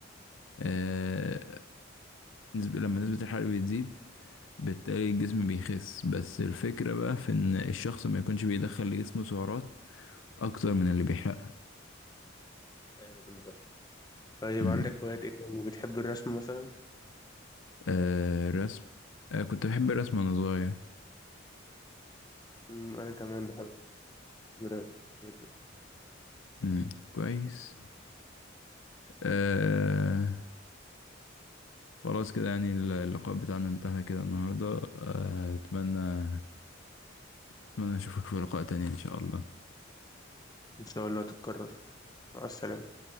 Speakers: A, on the left (about 80°); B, on the left (about 20°).
A: آه... نسبة... لما نسبه الحرق بتزيد بالتالي الجسم بيخس بس الفكره بقى في ان الشخص ما يكونش بيدخل لجسمه سعرات اكتر من اللي بيحرقها
B: ايوه بالظبط طيب
A: مم.
B: عندك هوايات إيه تاني؟ بتحب الرسم مثلا
A: آه... الرسم آه... كنت بحب الرسم وانا صغير
B: امم أنا كمان بحب الرسم جدا
A: مم. كويس آه... خلاص كده يعني اللقاء بتاعنا انتهى كده النهاردة آه، أتمنى أتمنى أشوفك في لقاء تاني إن شاء الله
B: إن شاء الله تتكرر مع السلامة